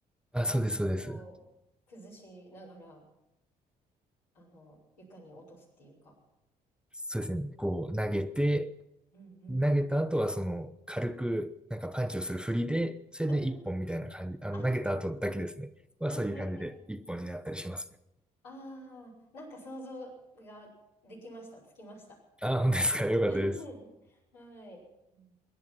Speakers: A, in the centre; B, on the left.
A: あ、
B: バランスを崩しながら、
A: そうです、そうです。
B: あの、床に落とすっていうか。
A: そうですね。こう、投げて、
B: うんうん。
A: 投げた後はその、軽く、なんかパンチをする振りで、それで一本みたいな感じ、
B: うん。
A: あの、
B: あ、
A: 投げた後だけですね。は、
B: はいはいはい。
A: そういう感じで一本になったりしますね。
B: ああ、なんか想像ができました。つきました。
A: あ、本当ですか。よかったです。
B: <laughs> はい。うん